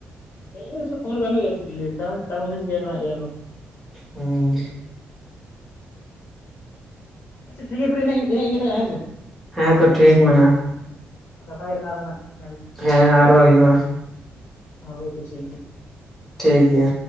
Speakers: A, on the left; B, in the centre.
A: ᱫᱤᱞᱞᱤ ᱥᱚᱵ ᱠᱷᱚᱢ ᱨᱮ ᱵᱟᱝᱟᱱ ᱦᱩᱭᱭᱟᱪᱮ ᱫᱤᱞᱤ ᱛᱟᱨᱚᱫ ᱜᱮᱠᱚ
B: ᱦᱩᱸ
A: ᱟᱪᱪᱷᱟ ᱴᱷᱤᱠ ᱯᱟᱨᱤᱱᱟᱜ ᱜᱮᱱᱟᱜ ᱠᱟᱛᱷᱟᱭ ᱫᱟ ᱦᱳᱭ ᱥᱮ
B: ᱦᱮᱸ ᱛᱚ ᱴᱷᱤᱠ ᱢᱮᱱᱟᱜᱼᱟ
A: ᱠᱟᱛᱷᱟ ᱦᱩᱭᱩᱜ ᱱᱟ ᱟᱨᱦᱚᱸ ᱱᱟᱦ
B: ᱦᱮᱸ ᱟᱨᱚ ᱦᱩᱭᱩᱜᱼᱟ
A: ᱦᱳᱭ ᱛᱚ ᱴᱷᱤᱠ ᱜᱮᱭᱟ
B: ᱴᱷᱤᱠ ᱜᱮᱭᱟ